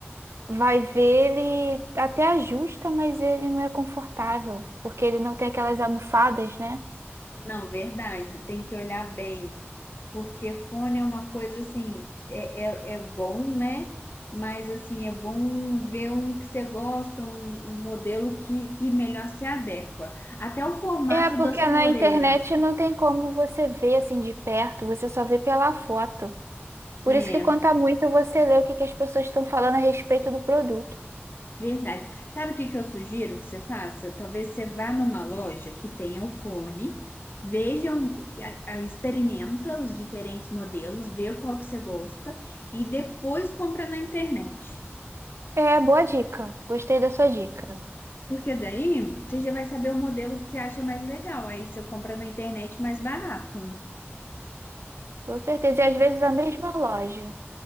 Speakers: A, on the right (about 75°); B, on the left (about 50°).
A: vai ver ele até ajusta, mas ele não é confortável, porque ele não tem aquelas almofadas, né?
B: Não, verdade, tem que olhar bem, porque fone é uma coisa assim, é, é, é bom, né? Mas assim, é bom ver um que você gosta, um, um modelo que, que melhor se adequa. Até o formato
A: É, porque
B: da sua
A: na
B: orelha.
A: internet não tem como você ver assim de perto, você só vê pela foto. Por
B: né?
A: isso que conta muito você ler o que que as pessoas estão falando a respeito do produto.
B: Verdade. Sabe o que que eu sugiro que você faça? Talvez você vá numa loja que tenha o fone, veja, um- a- a- experimenta os diferentes modelos, vê qual que você gosta e depois compra na internet.
A: É, boa dica. Gostei da sua dica.
B: Porque daí você já vai saber o modelo que você acha mais legal. Aí você compra na internet mais barato.
A: Com certeza. E às vezes a mesma loja.